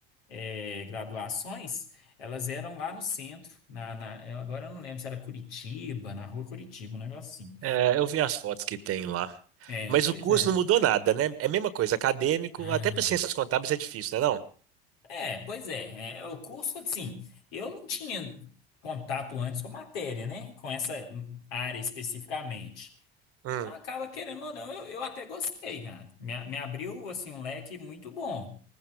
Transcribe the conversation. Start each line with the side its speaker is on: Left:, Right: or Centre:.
Left: eh, graduações, elas eram lá no centro. Na, na- eu agora eu não lembro se era Curitiba, na rua Curitiba, um negócio assim.
Right: Então, é, eu vi as fotos que tem lá.
Left: É,
Right: Mas
Left: pois
Right: o curso
Left: é.
Right: não mudou nada, né? É a mesma coisa, acadêmico,
Left: Ah.
Right: até para ciências contábeis é difícil, né, não?
Left: É, pois é, é, o curso, assim, eu não tinha contato antes com a matéria, né? Com essa área especificamente.
Right: Hum.
Left: Então acaba querendo ou não, eu, eu até gostei, cara. Me, a- me abriu, assim, um leque muito bom.